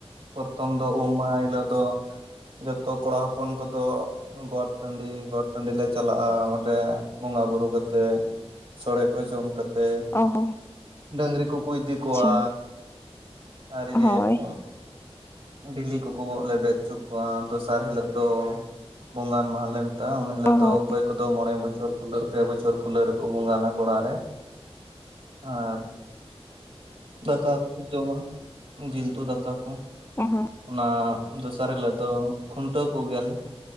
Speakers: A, on the right (about 60°); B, on the left (about 25°).
A: ᱯᱨᱚᱛᱷᱚᱢ ᱫᱚ ᱩᱢ ᱢᱟᱦᱟ ᱦᱤᱞᱳ ᱫᱚ ᱡᱚᱛᱚ ᱠᱚᱲᱟ ᱦᱚᱯᱚᱱ ᱠᱚᱫᱚ ᱜᱚᱴ ᱴᱟᱺᱰᱤ ᱜᱚᱴ ᱴᱟᱺᱰᱤ ᱞᱮ ᱪᱟᱞᱟᱜᱼᱟ ᱚᱸᱰᱮ ᱵᱚᱸᱜᱟ ᱵᱩᱨᱩ ᱠᱟᱛᱮᱜ ᱥᱚᱲᱮ ᱠᱚ ᱡᱚᱢ ᱠᱚ ᱛᱮ
B: ᱚ ᱦᱚᱸ
A: ᱰᱟᱹᱝᱨᱤ ᱠᱩᱠᱩ ᱤᱫᱤ
B: ᱟᱪᱪᱷᱟ
A: ᱠᱚᱣᱟ ᱟᱨ ᱤᱭᱟᱹᱭᱟᱠᱚ
B: ᱦᱳᱭ
A: ᱵᱤᱞᱤ ᱠᱚᱠᱚ ᱠᱚᱜ ᱞᱮᱵᱮᱫ ᱪᱚ ᱠᱚᱣᱟ ᱫᱚᱥᱟᱨ ᱦᱤᱞᱳᱜ ᱫᱚ ᱵᱚᱸᱜᱟᱱ ᱢᱟᱦᱟᱞᱮ ᱛᱟ ᱩᱱᱟᱹᱜ ᱞᱮ
B: ᱚ
A: ᱫᱚ
B: ᱦᱚᱸ
A: ᱚᱠᱚᱭ ᱠᱚᱫᱚ ᱢᱚᱬᱮᱵᱚᱪᱷᱚᱨ ᱠᱩᱞᱟᱹᱜ ᱯᱮ ᱵᱚᱪᱷᱚᱨ ᱠᱩᱞᱟᱹᱜ ᱨᱮᱠᱚ ᱵᱚᱸᱜᱟᱱᱟ ᱜᱚᱲᱟ ᱨᱮ᱾ ᱟᱨ ᱫᱟᱠᱟ ᱡᱚᱢᱟ ᱡᱤᱞ ᱩᱛᱩ ᱫᱟᱠᱟ ᱠᱚ
B: ᱚ ᱦᱚᱸ
A: ᱚᱱᱟ ᱫᱚᱥᱟᱨ ᱦᱤᱞᱟᱹᱜ ᱫᱚ ᱠᱷᱩᱱᱴᱟᱹᱣ ᱠᱚᱜᱮᱭᱟᱞ